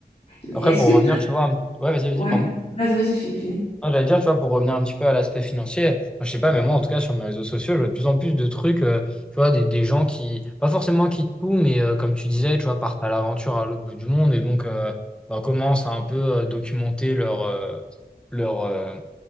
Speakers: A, on the left; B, in the centre.
A: Mais
B: Après,
A: Est-ce
B: pour
A: que
B: revenir,
A: toi...
B: tu vois, un- ouais, vas-y,
A: Ouais,
B: vas-y, pardon.
A: ouais. vas-y, vas-y, finis, finis.
B: Ah, j'allais dire, tu vois, pour revenir un petit peu à l'aspect financier, moi, je sais pas, mais moi, en tout cas, sur mes réseaux sociaux, je vois de plus en plus de trucs, euh, tu vois, des, des gens qui, pas forcément quittent tout, mais euh, comme tu disais, tu vois, partent à l'aventure à l'autre bout du monde et donc euh, bah, commencent à un peu euh, documenter leur, euh, leur, euh,